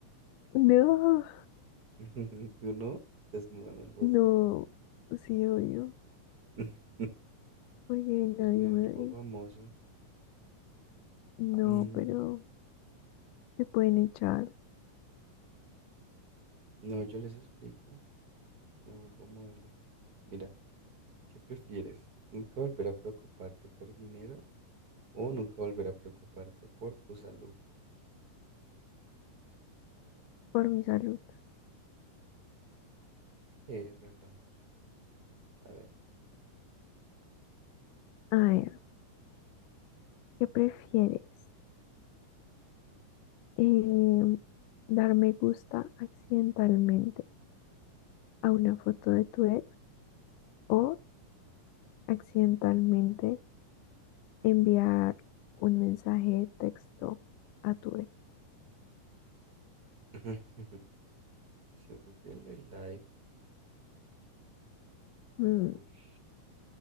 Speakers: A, on the left; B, on the right.
A: No.
B: <laughs> Tú no, desnuda en el bosque.
A: No, sí, obvio,
B: <laughs>
A: porque
B: No, pues
A: nadie
B: me
A: me
B: vuelvo
A: ve.
B: famoso.
A: No,
B: Mm,
A: pero te pueden echar
B: No, yo les explico. Me vuelvo modelo. Mira, ¿qué prefieres? ¿Nunca volver a preocuparte por dinero o nunca volver a preocuparte por tu salud?
A: por mi salud.
B: Sí, es verdad. A ver.
A: A ver, ¿qué prefieres? Em, ¿dar me gusta accidentalmente a una foto de tu ex o accidentalmente enviar un mensaje de texto a tu ex?
B: <laughs> Siento que el de like.
A: Mm,
B: Uff.